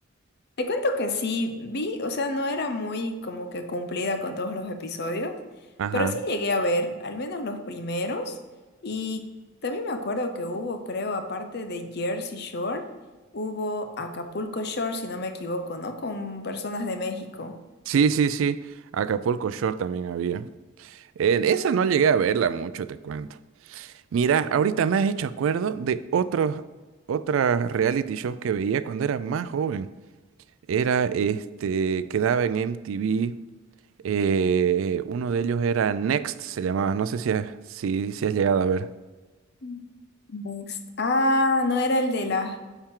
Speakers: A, on the left (about 55°); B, on the right (about 75°).
A: Te cuento que sí, vi, o sea, no era muy como que cumplida con todos los episodios,
B: Ajá.
A: pero sí llegué a ver, al menos los primeros, y también me acuerdo que hubo, creo, aparte de Jersey Shore, hubo Acapulco Shore, si no me equivoco, ¿no? Con personas de México.
B: Sí, sí, sí. Acapulco Shore también había. En esa no llegué a verla mucho, te cuento. Mira, ahorita me has hecho acuerdo de otros, otras reality shows que veía cuando era más joven. Era este, quedaba en MTV. eh, uno de ellos era Next, se llamaba. No sé si has, si, si has llegado a ver.
A: Mm. Next. Ah, no era el de las